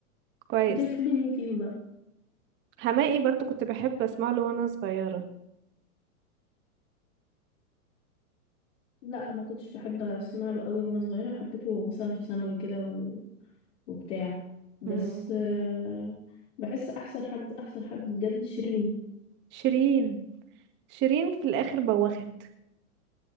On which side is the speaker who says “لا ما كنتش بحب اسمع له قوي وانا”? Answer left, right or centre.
Left